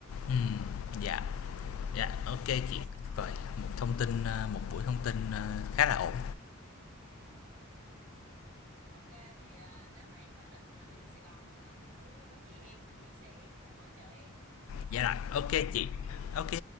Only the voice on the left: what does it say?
ừm, dạ, dạ, ok chị.
Rồi, một thông tin, a, một buổi thông tin, a, khá là ổn.
Dạ rồi,
ok
chị, ok